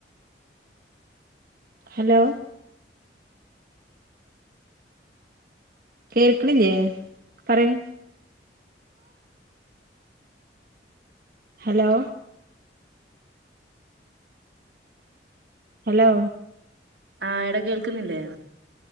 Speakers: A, on the right; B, on the right.
A: ഹലോ കേൾക്കലിയേ പറയാ ഹലോ ഹലോ
B: ആഹ് എട കേൾക്കുന്നില്ലേ